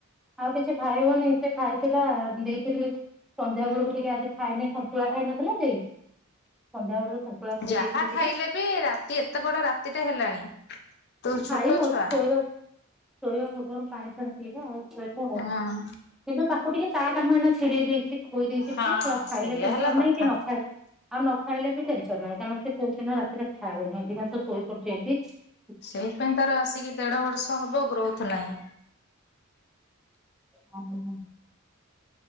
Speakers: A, in the centre; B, on the left.
A: ଆଉ କିଛି ଖାଇବନି ସେ ଖାଇଥିଲା ସେ - ସନ୍ଧ୍ୟା ବେଳକୁ ଟିକେ ଆଜି ଖାଇନି ସନ୍ତୁଳା ଖାଇନଥିଲା ଯେ ସନ୍ଧ୍ୟା ବେଳକୁ- ସନ୍ତୁଳା ଖୋଇ
B: ଯାହା
A: ଦେଇଥିଲି ଟିକେ
B: ଖାଇଲେ ବି ରାତି ଏତେ ବଡ ରାତିଟା ହେଲାଣି। ତୁ ଛୋଟ
A: ଖାଇବ
B: ଛୁଆ
A: ଶୋଇବା। ଶୋଇବା ପୂର୍ବରୁ ପାଣି ଫାଣି ପିଇବା ଆଉ ଶୋଇବା ଆଉ
B: ହଁ
A: କିନ୍ତୁ- ତାକୁ ଟିକେ ତା କାମ ଇନା ଛିଡେଇ ଦେଇଛି। ଖୋଇ ଦେଇଛି
B: ହଁ
A: ଟିକେ। ଆ ଖାଇଲେ
B: ସେଇଆ
A: ଟେନସନ
B: ହେଲା କଥା।
A: ନାଇଁ କି ନ ଖାଇଲେ - ଆଉ ନ ଖାଇଲେ ବି ଟେନସନ ନାହିଁ କାରଣ ସେ କୋଉ ଦିନ ରାତିରେ ଖାଉନି ଅଧିକାଂଶ ଶୋଇପଡୁଛି ବେଶି।
B: ସେଇଥି ପାଇଁ ତାର ଆସିକି ଦେଢ ବର୍ଷ ହବ ଗ୍ରୋଥ ନାହିଁ।
A: ହଁ ହଁ।